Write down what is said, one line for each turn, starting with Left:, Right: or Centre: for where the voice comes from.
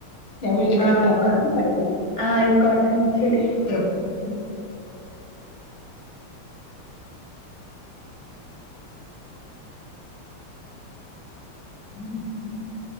Left: ഞാൻ വിളിക്കാട്ടോ,
Right: ആ ആയിക്കോട്ടെ
Left: കുറച്ച്-
Right: ആ ആയിക്കോട്ടെ ശരി
Left: തിരക്കുണ്ട്. <inaudible>